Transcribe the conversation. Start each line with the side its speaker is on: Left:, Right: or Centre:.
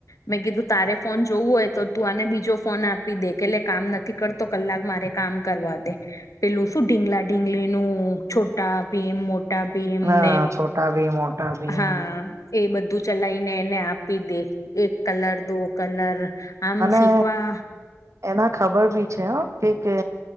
Left: મેં કીધું તારે ફોન જોવું હોય તો તું આને બીજો ફોન આપી દે કે એટલે કામ નથી કરતો કલાક મારે કામ કરવા દે પેલું શું ઢીંગલા ઢીંગલી નું છોટા ભી મો ભીમ એમને
Right: અ છોટા ભીમ મોટા ભીમ
Left: હા એ બધું ચલાવી ને ને આપી દે એક કલર દો કલર આમ
Right: અને
Left: શીખવા
Right: એના ખબર ભી છે કે કે